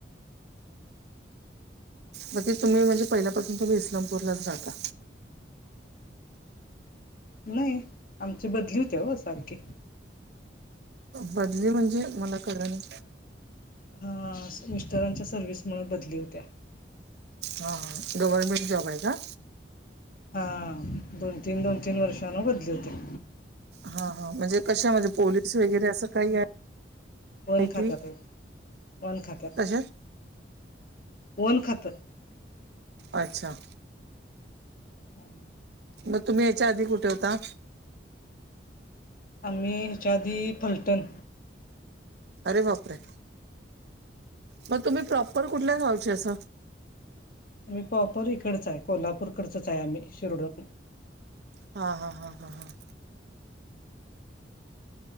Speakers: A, on the right; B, on the left.
A: म ते तुम्ही म्हणजे पहिल्यापासून तुम्ही इस्लामपूरलाच राहता.
B: नाही. आमची बदली होते ओ सारखी.
A: बदली म्हणजे मला कळल नाही.
B: हं. अस मिस्टरांच्या सर्व्हिसमुळे बदली होतेया.
A: हा हा. गव्हर्नमेंट जॉब आहे का?
B: हा. दोन तीन दोन तीन वर्षांन बदली होते.
A: हा हा. म्हणजे कशामध्ये पोलीस वगैरे असं काही आहे?
B: फोन खात्यात
A: की
B: ए. फोन खात्यात.
A: कशात?
B: फोन खातं.
A: अच्छा.
B: हं.
A: मग तुम्ही याच्या आधी कुठे होता?
B: आम्ही ह्याच्या आधी फलटण.
A: अरे बापरे! मग तुम्ही प्रॉपर कुठल्या गावचे अस?
B: आम्ही प्रॉपर इकडच आहे. कोल्हापूरकडचच आहे आम्ही शिरढोण.
A: हा. हा. हा. हा. हा.